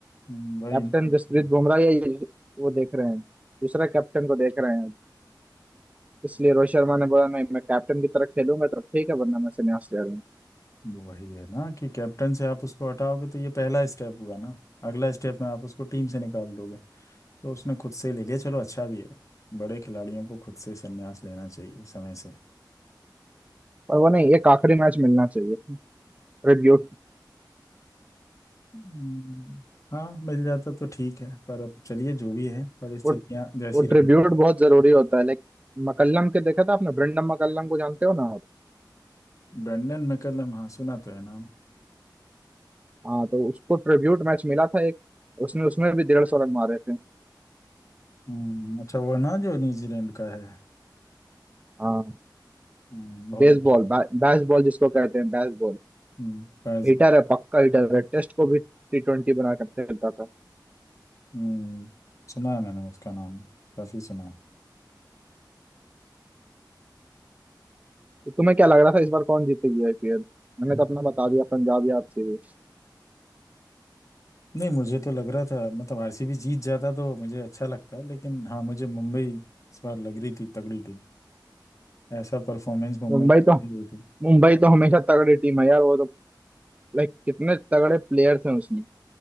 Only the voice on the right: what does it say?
कैप्टन
जसप्रीत
बुमराह या ये- वो देख रहे हैं दूसरा कैप्टन को देख रहे हैं इसलिए रोहित शर्मा ने बोला नहीं मैं कैप्टन की तरह खेलूंगा तो ठीक है वरना मैं संन्यास ले रहा हूँ
पर वो नहीं एक आखिरी मैच मिलना चाहिए ट्रिब्यूट
वो,
वो
ट्रिब्यूट बहुत जरूरी होता है लाइक मकल्लम के देखा था आपने ब्रेंडम मकल्लम को जानते हो ना आप
हाँ तो उसको ट्रिब्यूट मैच मिला था एक उसने उसमें भी डेढ़ सौ रन मारे थे
हाँ
बेसबॉल
बैसबॉल जिसको कहते हैं बैसबॉल
हिटर है पक्का हिटर है टेस्ट को भी टी ट्वेंटी बना कर खेलता था
तो तुम्हें क्या लग रहा था इस बार कौन जीतेगी आईपीएल मैंने तो अपना बता दिया पंजाब या आरसीबी
मुंबई
तो
मुंबई
तो हमेशा तगड़ी टीम है यार वो तो लाइक कितने तगड़े प्लेयर्स हैं उसमें